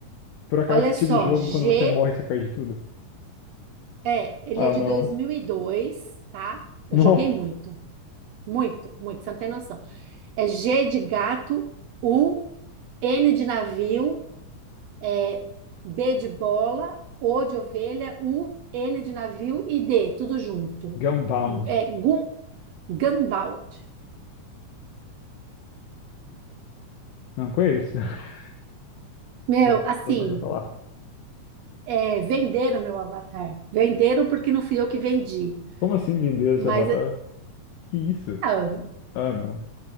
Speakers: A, on the left; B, on the right.
A: Por acaso,
B: Olha
A: esse
B: só,
A: tipo de jogo,
B: G,
A: quando você morre, você perde tudo?
B: é, ele
A: Ah,
B: é de
A: não.
B: 2002, tá? Eu
A: Nossa.
B: joguei muito, muito, muito, você não tem noção. É G de gato, U, N de navio, É B de bola, O de ovelha, U, N de navio e D, tudo junto.
A: Gunbound.
B: É, Gun, Gunbound.
A: Não conheço. <laughs>
B: Meu,
A: Não,
B: assim,
A: nunca ouvi falar.
B: é, venderam meu avatar. Venderam porque não fui eu que vendi.
A: Como assim vender esse
B: Mas
A: avatar? Que isso?
B: ah,
A: Ah, não.